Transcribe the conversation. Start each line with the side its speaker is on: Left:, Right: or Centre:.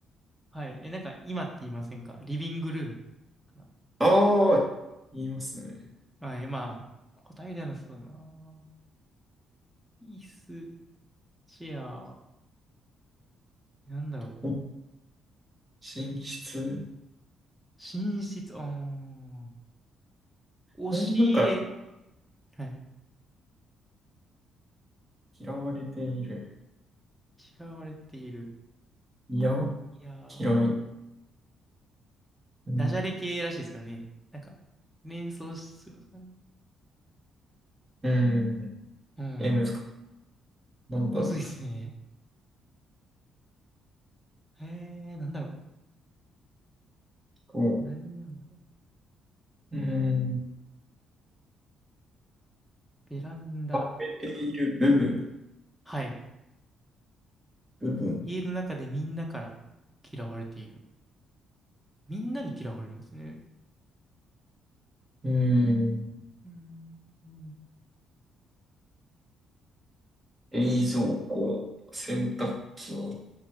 Centre: はい、え、なんか今って言いませんかリビングルームか
Right: ああ、言いますね。
Centre: な。はい、まあ、答えではなさそうだな。椅子、チェア、なんだろう、
Right: お寝室。
Centre: 寝室、あー押し入れ、
Right: みんなから
Centre: はい。
Right: 嫌われている。
Centre: 嫌われている。
Right: いや、
Centre: いやー、
Right: 嫌い。うん。
Centre: ダジャレ系らしいですからね。なんか、連想するんですかね。
Right: うん。
Centre: うん。
Right: え、難しい。なんだろう。
Centre: むずいですね。へえー、なんだろ
Right: こ
Centre: う。何なんだろう。
Right: う。うん。
Centre: ベランダ。
Right: 食べている部分。
Centre: はい。
Right: 部分。
Centre: 家の中でみんなから嫌われている。みんなに嫌われるんですね。
Right: うん。
Centre: うん。うん。
Right: 冷蔵庫。洗濯機。